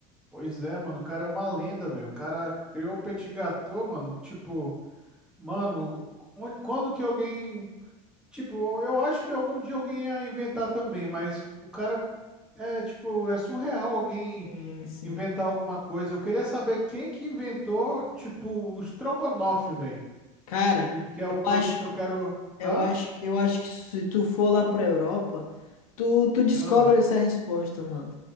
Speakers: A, in the centre; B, on the left.
A: Pois é, mano, o cara é uma lenda, velho. O cara criou o petit gâteau, mano, tipo. Mano, onde- quando que alguém. Tipo, eu acho que algum dia alguém ia inventar também, mas o cara. É, tipo, é surreal alguém
B: Sim, sim.
A: inventar alguma coisa. Eu queria saber quem que inventou, tipo, o estrogonofe, velho.
B: Cara,
A: E que é
B: eu
A: o produto
B: acho,
A: que eu quero.
B: eu
A: Hã?
B: acho, eu acho que se tu for lá pra Europa, tu, tu descobre
A: Ah,
B: essa resposta, mano.